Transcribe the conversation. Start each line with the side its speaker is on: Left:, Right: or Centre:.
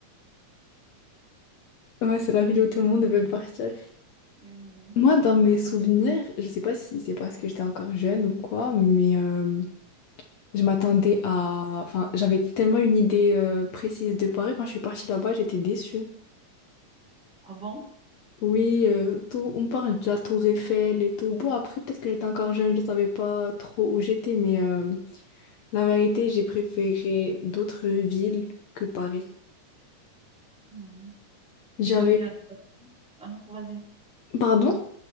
Left: Moi, c'est la ville où tout le monde veut partir.
Centre: Oui.
Left: Moi, dans mes souvenirs, je sais pas si c'est parce que j'étais encore jeune ou quoi, mais euh, je m'attendais à... Enfin, j'avais tellement une idée euh, précise de Paris. Quand je suis partie là-bas, j'étais déçue.
Centre: Avant.
Left: Oui, euh, tout, on parle de la tour Eiffel et tout. Bon, après, peut-être que j'étais encore jeune, je savais pas trop où j'étais, mais... euh, La vérité, j'ai préféré d'autres villes que Paris.
Centre: hmm,
Left: J'avais,
Centre: Moi, j'ai... un- Hein, vas-y.
Left: pardon?